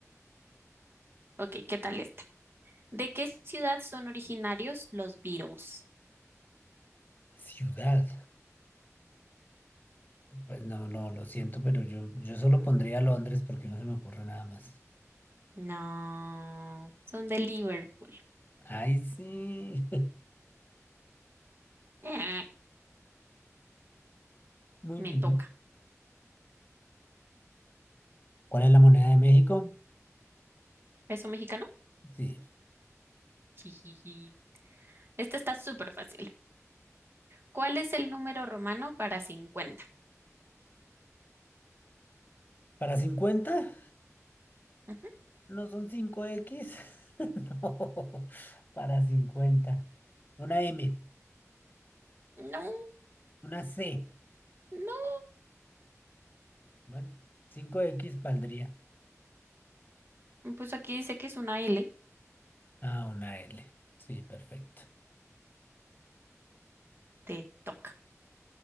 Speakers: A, on the right; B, on the left.
A: Ok, ¿qué tal esta? ¿De qué ciudad son originarios los Beatles?
B: Ciudad. Pues no, no, lo siento, pero yo, yo solo pondría Londres porque no se me ocurre nada más.
A: No, son de Liverpool.
B: Ay, sí.
A: Eh,
B: <laughs> Muy
A: me
B: bien.
A: toca.
B: ¿Cuál es la moneda de México?
A: peso mexicano.
B: Sí.
A: Jijiji. Este está súper fácil. ¿Cuál es el número romano para cincuenta?
B: ¿Para cincuenta,
A: Ujú.
B: ¿No son cinco x <laughs> No, para 50, Una M,
A: No,
B: una C.
A: no.
B: Bueno, cinco x valdría.
A: Pues aquí dice que es una L.
B: Ah, una L. Sí, perfecto.
A: Te toca.